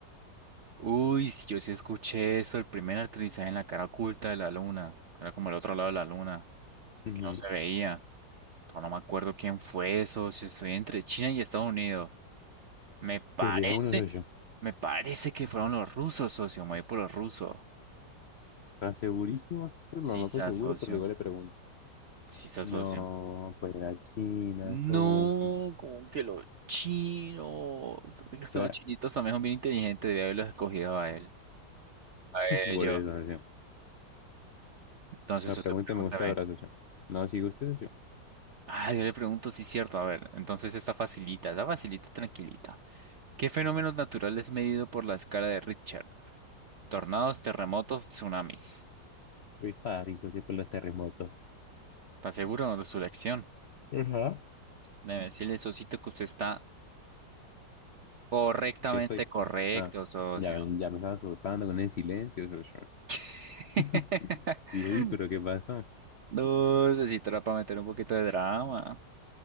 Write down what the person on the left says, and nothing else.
Ujú.
Pues le hago uno de ellos.
¿Está segurísimo? Yo
lo noto
seguro, pero igual le pregunto.
No, pues la China,
soy.
<laughs>
Por eso, socio.
La
pregunta
me gusta ahora, socio. No, si gusta, socio.
Muy fácil, socio, con los terremotos.
Ajá.
¿Qué soy?
Ah,
ya, ven, ya me estaba asustando con el silencio, socio.
<laughs> Y dije, uy, pero ¿qué pasó?